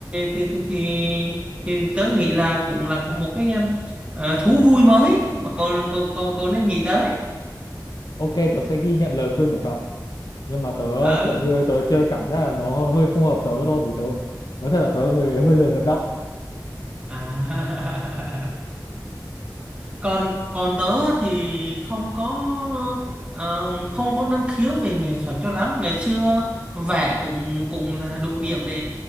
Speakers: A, on the right; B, on the left.
A: thì thì thì, thì tớ nghĩ là cũng là một cái ờ, thú vui mới mà cậu cậu cậu cậu nên nghĩ tới
B: ok tớ sẽ ghi nhận lời khuyên của cậu nhưng mà tớ
A: ở
B: kiểu như tớ chơi cảm giác là nó hơi không hợp tớ thôi vì tớ nói thật là tớ người hơi lười vận động
A: à <laughs> còn còn tớ thì không có ờ, không có năng khiếu về nghệ thuật cho lắm ngày xưa vẽ cũng cũng là đủ điểm để